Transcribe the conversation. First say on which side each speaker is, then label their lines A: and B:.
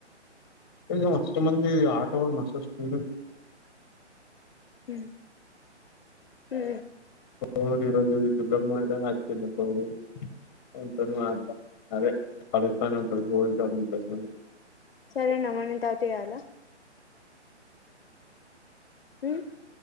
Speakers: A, on the left; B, on the left.
A: ఇ అస్ మంది ఆ చ మసస్ పూ
B: ఉ ఊ
A: పవడి రోజు జుగలమ్ మ రా చే పవడ మాత్ర అ కలుస్తా అన్నటుండు గాదె
B: సరే నమనటాపిలా ఉమ్